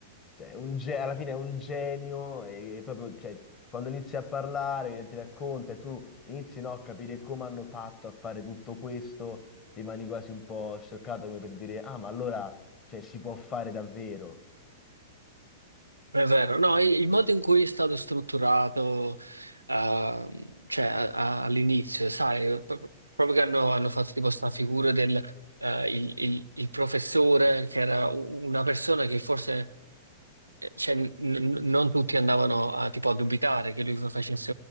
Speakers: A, on the left; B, on the right.
A: cioè, un ge- alla fine è un genio e, e proprio, cioè, quando inizi a parlare, ti racconta e tu inizi, no, a capire come hanno fatto a fare tutto questo rimani quasi un po' scioccato come per dire, ah, ma allora, cioè, si può fare davvero.
B: È vero, no, il il modo in cui è stato strutturato, ehm, cioè a- a- all'inizio, sai, eh, pro- proprio che hanno, hanno fatto tipo sta figura del eh, il, il- il professore, che era u- una persona che forse eh, cioè, n- n- non tutti andavano a, tipo, a dubitare che lui facesse